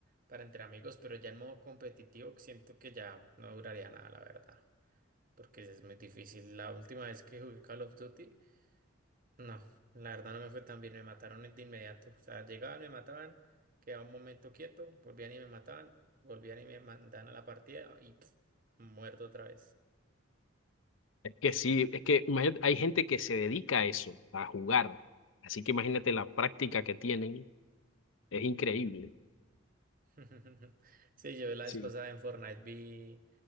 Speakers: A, on the right; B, on the left.
A: para entre amigos, pero ya en modo competitivo siento que ya no duraría nada, la verdad. Porque es muy difícil. La última vez que jugué Call of Duty. No, la verdad no me fue tan bien, me mataron de inmediato. O sea, llegaban, me mataban, quedaba un momento quieto, volvían y me mataban, volvían y me mandaban a la partida y pf, muerto otra vez.
B: Es que sí, es que imagínate, hay gente que se dedica a eso, a jugar. Así que imagínate la práctica que tienen, es increíble.
A: <laughs> Sí, yo la
B: Sí.
A: vez pasada en Fortnite vi